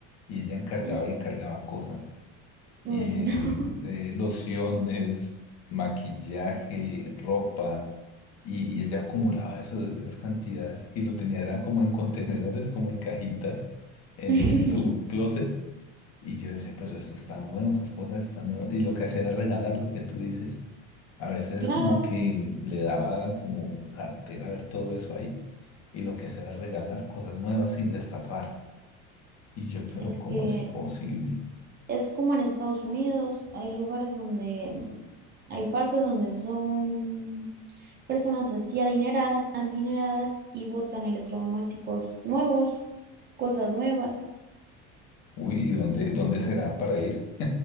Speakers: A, on the left (about 50°); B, on the right (about 30°).
A: y ella encargaba
B: <gasps>
A: y encargaba cosas.
B: Uy,
A: y
B: no.
A: eh, lociones, maquillaje, ropa, y, y ella acumulaba eso, esas cantidades y lo tenía era como en contenedores, como en cajitas en,
B: <laughs>
A: en su closet. Y yo decía, pero eso está nuevo, esas cosas están nuevas. Y lo que hacía era regalar lo que tú dices. A veces
B: Claro,
A: como que le daba como jartera ver todo eso ahí. Y lo que hacía era regalar cosas nuevas sin destapar. Y yo, pero
B: es
A: ¿cómo
B: que
A: es posible?
B: es como en Estados Unidos, hay lugares donde, mm, hay partes donde son personas así adineradas, adineradas y botan electrodomésticos nuevos, cosas nuevas.
A: Uy, ¿y dónde, dónde será para ir?